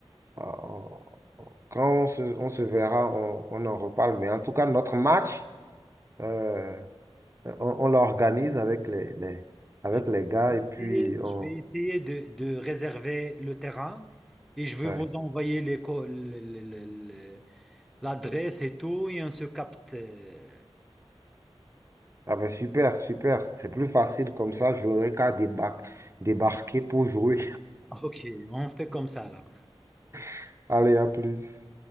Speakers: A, on the right; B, in the centre.
A: on- on- Quand on se, on se verra, on, on en reparle. Mais en tout cas, notre match, euh, on, on l'organise
B: Oui, oui,
A: avec les, les- avec
B: oui.
A: les gars
B: Je
A: et
B: vais
A: puis
B: essayer,
A: on...
B: je vais essayer de, de réserver le terrain et je vais
A: ouais.
B: vous envoyer les co- le- le- le- le- l'adresse et tout et on se capte. euh,
A: Ah ben super, super. C'est plus facile comme ça. J'aurais qu'à débar- débarquer pour jouer.
B: Ok, on fait comme ça là.
A: <laughs> Allez, à plus.